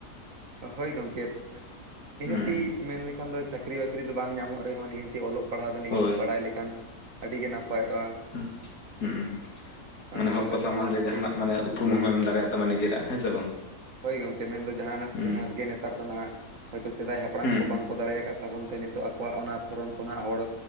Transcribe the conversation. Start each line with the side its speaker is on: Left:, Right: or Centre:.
Right: ᱦᱳᱭ ᱜᱚᱝᱠᱮ, ᱱᱤᱦᱟᱹᱛᱤ
Left: ᱦᱩᱸ
Right: ᱢᱮᱱ ᱞᱮᱠᱷᱟᱱ ᱫᱚ ᱪᱟᱹᱠᱨᱤ ᱵᱟᱠ ᱪᱟᱹᱠᱨᱤ ᱫᱚ ᱵᱟᱝ ᱧᱟᱢᱚᱜ ᱨᱮᱦᱚ, ᱱᱤᱦᱟᱹᱛᱤ ᱚᱞᱚᱜ ᱯᱟᱲᱦᱟᱣ ᱫᱚ ᱱᱤᱦᱟᱹᱛ
Left: ᱦᱳᱭ
Right: ᱵᱟᱲᱟᱭ ᱞᱮᱠᱷᱟᱸᱱ ᱟᱹᱰᱤᱜᱮ ᱱᱟᱯᱟᱭᱚᱜ-ᱟ᱾
Left: ᱦᱩᱸ ᱦᱩᱸ᱾ ᱢᱟᱱᱮ
Right: ᱦᱳᱭᱛᱳ
Left: ᱦᱚᱲ ᱠᱚ ᱥᱟᱢᱟᱝ ᱨᱮ
Right: ᱢᱤᱫᱴᱤᱡ
Left: ᱡᱟᱦᱟᱱᱟᱜ ᱢᱟᱱᱮ ᱩᱯᱨᱩᱢ ᱮᱢ ᱫᱟᱲᱮᱭᱟᱜ ᱛᱟᱢᱟ ᱱᱤᱡᱮᱨᱟᱜ ᱦᱮ ᱥᱮ ᱵᱟᱝ᱾
Right: ᱦᱳᱭ ᱜᱚᱢᱠᱮ ᱢᱮᱱ ᱫᱚ ᱡᱟᱦᱟᱱᱟᱜ
Left: ᱦᱩᱸ
Right: ᱡᱟᱦᱟ ᱜᱮ ᱱᱮᱛᱟᱨ ᱫᱚ ᱱᱟᱦᱟᱸᱜ ᱦᱚᱭᱛᱳ ᱥᱮᱫᱟᱭ ᱦᱟᱯᱲᱟᱢ
Left: ᱦᱩᱸ
Right: ᱠᱚ
Left: ᱦᱩᱸ
Right: ᱵᱟᱝᱠᱚ ᱫᱟᱲᱮ ᱟᱠᱟᱫᱼᱼ ᱛᱟᱵᱚᱱ ᱛᱮ ᱱᱤᱛᱚᱜ ᱟᱠᱚᱣᱟᱜ ᱚᱱᱟ ᱯᱷᱚᱨᱚᱢ ᱠᱷᱚᱱᱟᱜ ᱦᱚᱲ